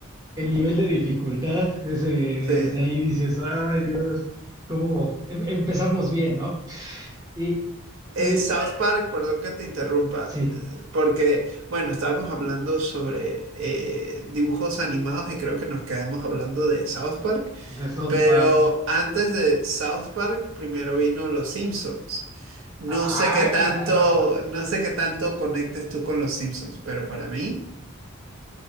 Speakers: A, on the right; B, on the right.
A: el nivel de dificultad, ese, desde
B: Sí.
A: ahí dices, ay Dios, cómo em- empezamos bien, ¿no? Y,
B: Eh,
A: eh,
B: South Park, perdón que te interrumpa,
A: Sí,
B: eh, porque, bueno, estábamos hablando sobre eh, dibujos animados y creo que nos quedamos hablando de South Park,
A: de South
B: pero
A: Park.
B: antes de South Park, primero vino Los Simpsons. No
A: Ah,
B: sé qué tanto,
A: claro.
B: no sé qué tanto conectes tú con Los Simpsons, pero para mí,